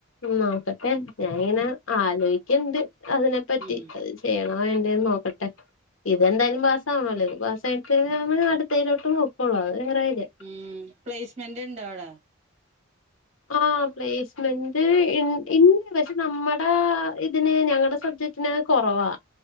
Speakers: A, on the left (about 80°); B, on the right (about 35°).
A: നോക്കട്ടെ ഞാാനിങ്ങനെ ആലോചിക്കണ്ട് അതിനെപ്പറ്റി
B: ഉം
A: അത് ചെയ്യണം ആ എങ്ങനെണ്ടേന്ന് നോക്കട്ടെ ഇതെന്തായാലും പാസവണല്ലോ ഇത് പാസയിട്ട നമ്മ അടുത്തയിലോട്ട് നോക്കള്ളൂ അത് വേറെ കാര്യം
B: ഉം പ്ലേസ്മെന്റ് ഇണ്ടോ അവിടേ?
A: ആഹ് പ്ലേസ്മെന്റ് ഇണ്ട് പക്ഷെ നമ്മടെ ഇതിന് ഞങ്ങളടെ സബ്ജക്റ്റിന കൊറവാ